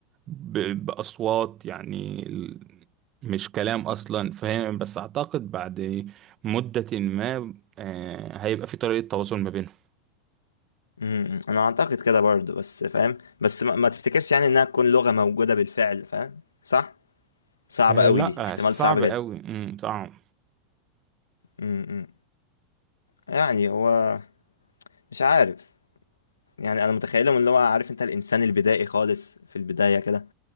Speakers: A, on the right; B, on the left.
A: ب- باصوات يعني ال- مش كلام اصلا فاهم بس اعتقد بعد مدة ما آه، هيبقى في طريقة تواصل ما بينهم
B: أمم. أنا أعتقد كده برضه بس فاهم بس ما, ما تفتكرش يعني إنها تكون لغة موجودة بالفعل فاهم صح صعبة
A: آه،
B: قوي
A: لا
B: دي احتمال
A: آه، صعب
B: صعب جدا
A: قوي امم صعب
B: امم إمم. يعني هو مش عارف يعني أنا متخيلهم اللي هو عارف أنت الإنسان البدائي خالص في البداية كده